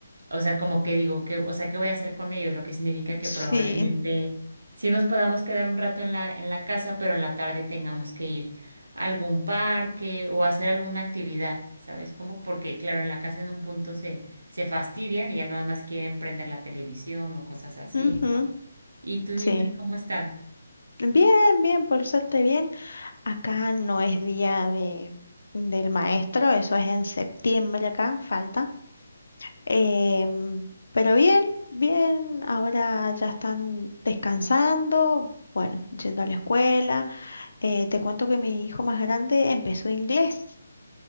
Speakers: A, on the right (about 80°); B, on the left (about 75°).
A: o sea, como que digo, que, o sea, ¿qué voy a hacer con ellos? Lo que significa que
B: sí,
A: probablemente sí nos podamos quedar un rato en la, en la casa, pero en la tarde tengamos que ir a algún parque o hacer alguna actividad, ¿sabes cómo? Porque claro, en la casa en un punto se se fastidian y ya nada más quieren prender la televisión o cosas así,
B: ujú,
A: ¿no? ¿Y tus
B: sí.
A: niños cómo están?
B: Bien, bien, por suerte bien. Acá no es día de, del maestro, eso es en septiembre acá, falta. Em, pero bien, bien, ahora ya están descansando, bueno, yendo a la escuela. Eh, te cuento que mi hijo más grande empezó inglés,